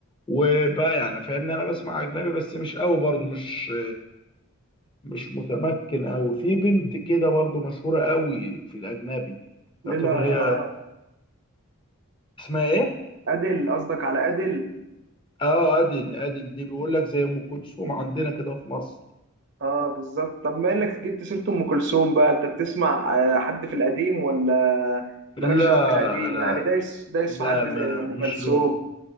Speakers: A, on the left; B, on the right.
A: وبقى يعني فاهمني انا بسمع اجنبي بس مش قوي برضو مش مش متمكن أوي في بنت كده برضو مشهورة أوي في الأجنبي
B: لا
A: تعتبر هي
B: اه
A: اسمها إيه؟
B: ادل قصدك على ادل
A: آه أديل أديل دي بيقول لك زي أم كلثوم عندنا كده في مصر
B: اه بالظبط طب ما انك جبت سيره ام كلثوم بقى انت بتسمع آه، حد في القديم ولا
A: لا
B: مالكش قوي في القديم
A: لا
B: يعني دايس دايس
A: لا
B: في حد
A: ما
B: زي ام كلثوم
A: مش لون